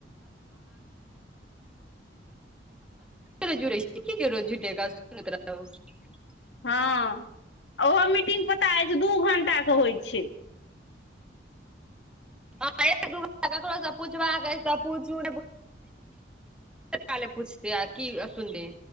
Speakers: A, in the centre; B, on the left.
A: जोड़ै जऽ झुटे सु। <unintelligible>
B: हँ, ओहो मीटिंगकेँ पता अछि, दू घण्टाके होइत छै।
A: हँ, एक दू घड़ी ककरोसँ पुछबाक अछि तऽ पूछू। कत्ते कले पूछते आ, की सुन दे?